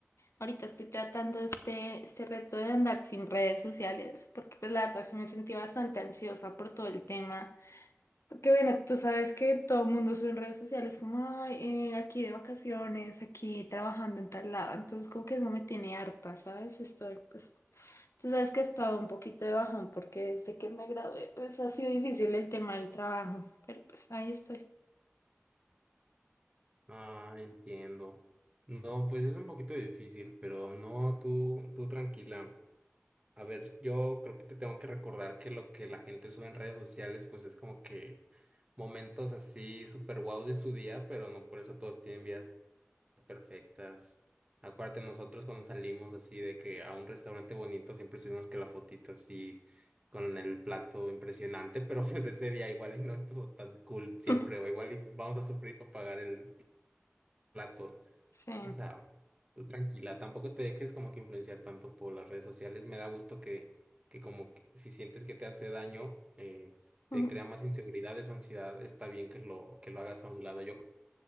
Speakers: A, on the left (about 85°); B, on the right (about 25°).
A: ahorita estoy tratando este, este reto de andar sin redes sociales, porque pues la verdad sí me sentí bastante ansiosa por todo el tema. Porque bueno, tú sabes que todo el mundo sube en redes sociales como, "Ay, eh, aquí de vacaciones, aquí trabajando en tal lado, entonces como que eso me tiene harta, ¿sabes? Estoy pues... Tú sabes que he estado un poquito de bajón porque desde que me gradué pues ha sido difícil el tema del trabajo, pero pues ahí estoy.
B: Ah, entiendo. No, pues es un poquito difícil, pero no, tú, tú tranquila. A ver, yo creo que te tengo que recordar que lo que la gente sube en redes sociales, pues es como que momentos así súper guau de su día, pero no por eso todos tienen vidas perfectas. Acuérdate, nosotros cuando salimos así de que a un restaurante bonito siempre subimos que la fotita así con el plato impresionante, <laughs> pero pues ese día igual y no estuvo tan cool siempre,
A: <laughs>
B: o igual y vamos a sufrir para pagar el plato.
A: Sí.
B: O sea, tú tranquila, tampoco te dejes como que influenciar tanto por las redes sociales. Me da gusto que, que como que si sientes que te hace daño, eh, te
A: Mm,
B: crea más inseguridades o ansiedad, está bien que lo, que lo hagas a un lado. Yo